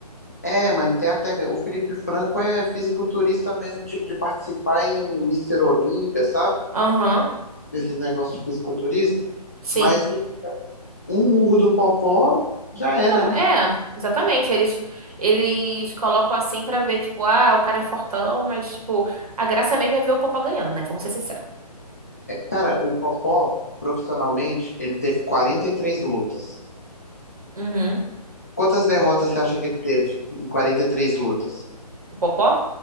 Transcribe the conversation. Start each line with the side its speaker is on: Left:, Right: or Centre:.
Left: É, mas não tem a técnica. O Felipe Franco é fisiculturista mesmo, tipo de participar em Mister Olímpia, sabe?
Right: Aham.
Left: desses negócios fisiculturistas,
Right: Sim.
Left: mas um murro do Popó já era, né?
Right: É, exatamente. Eles, eles colocam assim pra ver, tipo, ah, o cara é fortão, mas, tipo, a graça mesmo é ver o Popó ganhando, né? Vamos ser sinceros.
Left: Cara, o Popó, profissionalmente, ele teve 43 lutas.
Right: Uhum.
Left: Quantas derrotas você acha que ele teve em 43 lutas?
Right: O Popó?